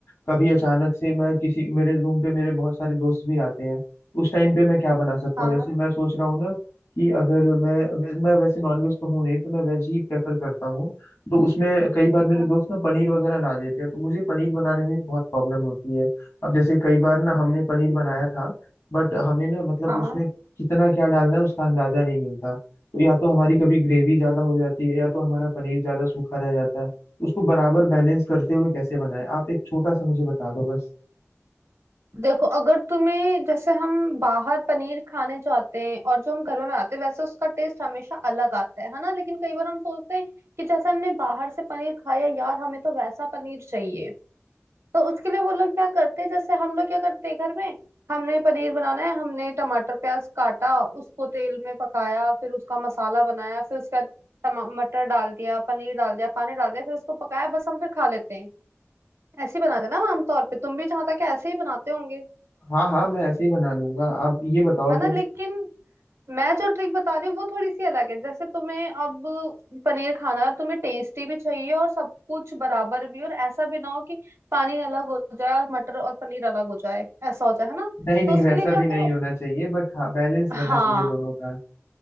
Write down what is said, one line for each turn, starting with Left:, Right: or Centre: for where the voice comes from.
Left: कभी अचानक से मैं किसी मेरे रूम पे मेरे बहुत सारे दोस्त भी आते हैं उस टाइम पे मैं क्या बना सकता
Right: हाँ
Left: हूँ जैसे मैं सोच रहा हूँ ना कि अगर मैं वे- मैं वैसे नॉनवेज तो हूँ नहीं तो मैं वेज ही प्रेफर करता हूँ तो उसमें कई बार मेरे
Right: हाँ
Left: दोस्त ना पनीर वगैरह ला देते हैं तो मुझे पनीर बनाने में भी बहुत प्रॉब्लम होती है अब जैसे कई बार ना हमने पनीर बनाया था बट हमें ना मतलब
Right: हाँ
Left: उसमें कितना क्या डालना है उसका अंदाजा नहीं मिलता तो या तो हमारी कभी ग्रेवी ज्यादा हो जाती है या तो हमारा पनीर ज्यादा सूखा रह जाता है उसको बराबर बैलेंस करते हुए कैसे बनाएं आप एक छोटा सा मुझे बता दो बस
Right: देखो अगर तुम्हें जैसे हम बाहर पनीर खाने जाते हैं और जो हम घर में बनाते हैं वैसे उसका टेस्ट हमेशा अलग आता है है ना लेकिन कई बार हम सोचते हैं कि जैसे हमने बाहर से पनीर खाया यार हमें तो वैसा पनीर चाहिए तो उसके लिए वो लोग क्या करते हैं जैसे हम लोग क्या करते हैं घर में हमने पनीर बनाना है हमने टमाटर प्याज काटा उसको तेल में पकाया फिर उसका मसाला बनाया फिर उसका टमा- मटर डाल दिया पनीर डाल दिया पानी डाल दिया फिर उसको पकाया बस हम फिर खा लेते हैं ऐसे ही बनाते हैं ना हम आमतौर पे तुम भी जहां तक है, ऐसे ही बनाते होंगे
Left: हाँ हाँ मैं ऐसे ही बना लूंगा आप ये बताओ
Right: है ना
Left: फिर
Right: लेकिन मैं जो ट्रिक बता रही हूँ वो थोड़ी सी अलग है जैसे तुम्हें अब पनीर खाना है तुम्हें टेस्टी भी चाहिए और सब कुछ बराबर भी और ऐसा भी ना हो कि पानी अलग हो जाए और मटर और पनीर अलग हो जाए ऐसा हो जाए है ना
Left: नहीं नहीं
Right: तो उसके
Left: वैसा
Right: लिए क्या
Left: भी नहीं
Right: करो
Left: होना चाहिए बट हाँ बैलेंस
Right: हाँ
Left: रहना चाहिए दोनों का